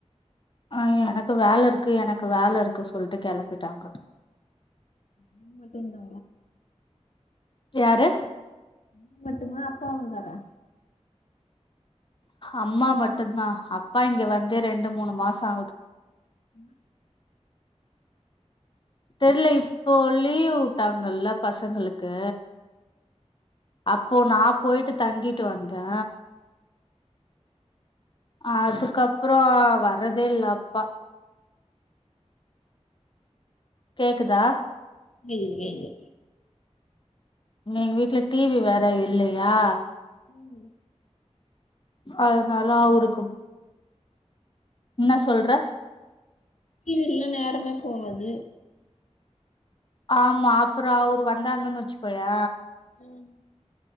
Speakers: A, on the left; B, on the left.
A: ஆ எனக்கு வேல இர்க்கு எனக்கு வேல இர்க்கு சொல்ட்டு கெளம்பிட்டாங்க
B: நீ மட்டுந்தா
A: யாரு
B: நீ மட்டுமா அப்பா வந்தாரா
A: அம்மா மட்டுந்தா அப்பா இங்க வந்து ரெண்டு மூணு மாசோ ஆவுது
B: என்ன
A: தெர்ல இப்போ லீவ் விட்டாங்கள்ள பசங்களுக்கு அப்போ நா போய்ட்டு தங்கிட்டு வந்தே அதுக்கப்றோ வர்றதே இல்ல அப்பா கேக்குதா
B: கேகுது கேகுது
A: இன்னு எங்க வீட்ல டி வி வேற இல்லையா
B: ம்
A: அதனால
B: ஆமா
A: அவருக்கு என்ன சொல்ற
B: டி வி இல்னா நேரமே போவது
A: ஆமா அப்றோ அவரு வந்தாங்கன் வச்சுக்கோயே
B: ம்